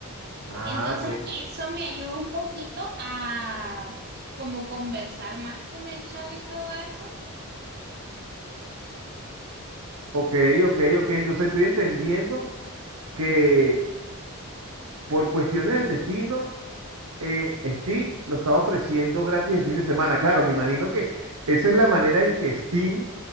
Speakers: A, on the right (about 80°); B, on the right (about 45°).
A: Ah,
B: Entonces,
A: pues.
B: eso me ayuda un poquito a como conversar más con el chat y todo eso.
A: Ok, ok, ok. Entonces estoy entendiendo que por cuestiones del destino eh, Steam lo está ofreciendo gratis el fin de semana. Claro, me imagino que esa es la manera en que Steam